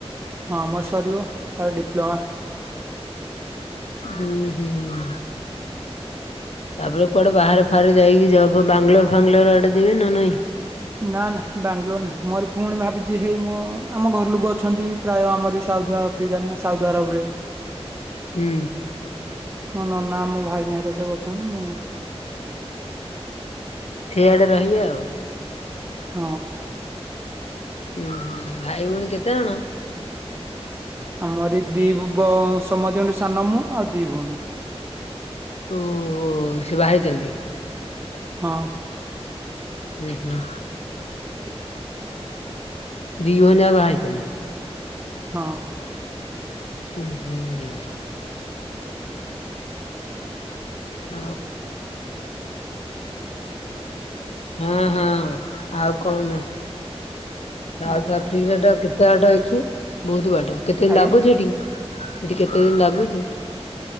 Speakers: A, on the right; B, on the left.
A: ହଁ ମୋ ସରିବ, ତାର ଡିପ୍ଲୋମା।
B: ହୁଁ ହୁଁ। ତାପରେ କୁଆଡେ ବାହାରେ ଫହାରେ ଯାଇକି ଯବ୍ ଫବ୍ ବାଙ୍ଗଲୋର ଫାଙ୍ଗଲୋର ଆଡେ ଯିବି ନା ନାଇଁ?
A: ନା ନା ବାଙ୍ଗାଲୋର ନାହିଁ ମୋର ଫୁଣି ଭାବିଛି ହେଇ ମୋ ଆମ ଘର ଲୋକ ଅଛନ୍ତି ପ୍ରାୟ ଆମରି ସାଉଥ ଆଫ୍ରିକା ନା ସାଉଦ ଆରବ ରେ।
B: ହୁଁ।
A: ମୋ ନନା ମୋ ଭାଇ ନାଁରେ ସବ ଅଛନ୍ତି, ମୁଁ
B: ସେଇଆଡେ ରହିବି ଆଉ।
A: ହଁ।
B: ଉୁଁ ହୁଁ ଭାଇ ଭଉଣୀ କେତେଜଣ?
A: ଆମରରି ଦି ବ ସମନ୍ତିଅ ଙ୍କ ଠୁ ସାନ ମୁଁ ଆଉ ଦି ଭଉଣୀ।
B: ଊୁଅ ସେ ବାହା ହେଇଛନ୍ତି?
A: ହଁ।
B: ହୁଁ ହୁଁ। ଦି ଭଉଣୀ ଯାକ ବାହା ହେଇଛନ୍ତି?
A: ହଁ।
B: ହୁଁ ହୁଁ। <inaudible> ହଁ ହଁ ଆଉ କହୁନ। ସାଉଥ
A: ଆଉ
B: ଆଫ୍ରିକା
A: କଣ କୁହନ୍ତୁ
B: ଟା କେତେ ବାଟା ଏଠୁ ବହୁତ ବାଟ, କେତେ
A: ଆଜ୍ଞା
B: ଲାଗୁଛି ଏଠି? ଏଠି କେତେ ଦିନ ଲାଗୁଛି?